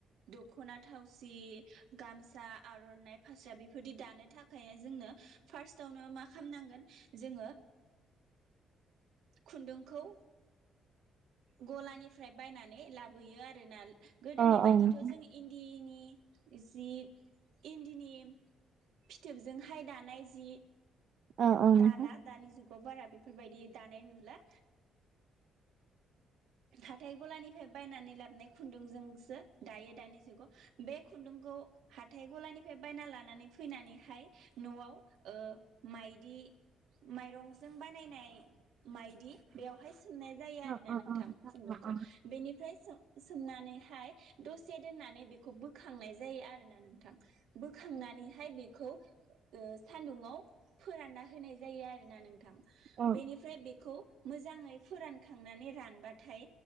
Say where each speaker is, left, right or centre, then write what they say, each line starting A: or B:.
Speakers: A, on the right (about 80°); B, on the right (about 60°).
A: दखना थावसि गामसा आर'नाइ फास्रा बेफोरदि दानो थाखाय जोंनो फार्स्टआवनो मा खामनांगोन ओ जोङो खुन्दुंखौ गलानिफ्राय बायनानै लाबोयो आरोना गोदोनि
B: औ
A: बायदिथ'
B: औ नोंथां
A: जों इन्दिनि जि इन्दिनि फिथोबजोंहाय दानाय जि
B: औ औ नोंथां
A: दाला दानि जुगाव अ बारा बेफोर बायदि दानाय नुला हाथाय गलानिफ्राय बायनानै लाबोनाय खुन्दुंजोंसो दायो दानि जुगाव बे खुन्दुंखौ हाथाय गलानिफ्राय बायनानै लानानै नानै फैनानैहाय न'आव ओ माइदि माइरंजों बानायनाय माइदि बेवहाय सोमनाय जायो आरो
B: अ
A: ना
B: अ
A: नों खुन्दुंखौ
B: अ अ
A: बेनिफ्राय सोम सोमनानै हाय दसे दोननानै बेखौ बोखांनाय जायो आरोना नोंथां बोखांनानै हाय बेखौ ओ सान्दुंआव फोरानना होनाय जायो आरोना नोंथां
B: अ
A: बेनिफ्राय बेखौ मोजाङै फोरानखांनानै रानबा थाय